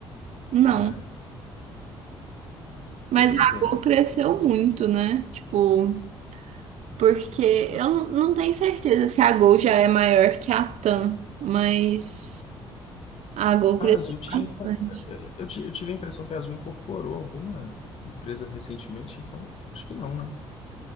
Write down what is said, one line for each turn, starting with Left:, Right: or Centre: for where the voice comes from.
Right: não.
Left: É,
Right: Mas
Left: pois
Right: a
Left: é.
Right: Gol cresceu muito, né? Tipo, porque eu não, não tenho certeza se a Gol já é maior que a TAM, mas a Gol
Left: A
Right: cresceu
Left: Azul tinha...
Right: bastante.
Left: incor- é, é, Eu ti- eu tive a impressão que a Azul incorporou alguma empresa recentemente, então acho que não, né?